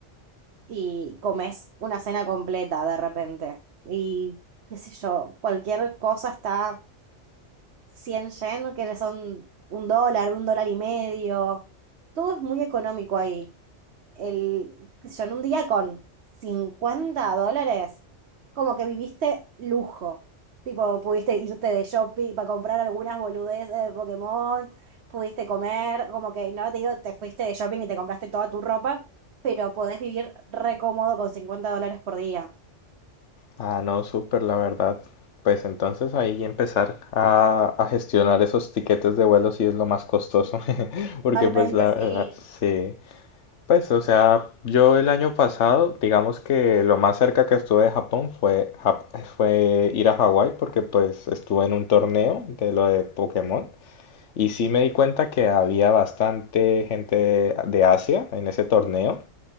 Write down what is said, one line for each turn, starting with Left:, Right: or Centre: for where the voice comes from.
Right: y comes una cena completa de repente. Y qué sé yo, cualquier cosa está 100 yen, que son un dólar, un dólar y medio. Todo es muy económico ahí el, qué sé yo, en un día con 50 dólares, como que viviste lujo. Tipo, pudiste irte de shopping para comprar algunas boludeces de Pokémon, pudiste comer, como que no te digo, te fuiste de shopping y te compraste toda tu ropa, pero podés vivir re cómodo con 50 dólares por día.
Left: Ah, no, súper, la verdad. Pues entonces ahí empezar a, a gestionar esos tiquetes de vuelo sí es lo más costoso, <laughs> porque
Right: Totalmente,
Left: pues la verdad,
Right: sí.
Left: sí. Pues, o sea, yo el año pasado, digamos que lo más cerca que estuve de Japón fue, Jap- fue ir a Hawái, porque pues estuve en un torneo de lo de Pokémon, y sí me di cuenta que había bastante gente de de Asia en ese torneo.